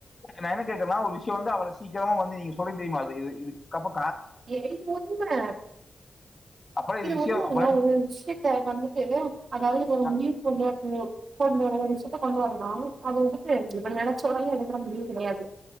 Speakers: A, on the left; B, on the right.
A: <inaudible> நா என்ன கேக்கறன்னா ஆ ஒரு விஷயோ வந்து அவ்ள சீக்கிரமா வந்து நீங்க சொல்றீங்க தெரியுமா அது இது இதுக்கப்றோ
B: இது உண்மே
A: அப்புறம்
B: இது
A: விஷயம்
B: உண்மைங்க
A: அப்புறம்
B: ஒரு விஷயத்த வந்துட்டு அதாவது <unintelligible>
A: ந
B: வந்து ம் கொண்டு வர விஷயத்த கொண்டு வரலாம் அது வந்துட்டு இப்ப நெனைச்சோனே எடுக்குற முடிவு கெடையாது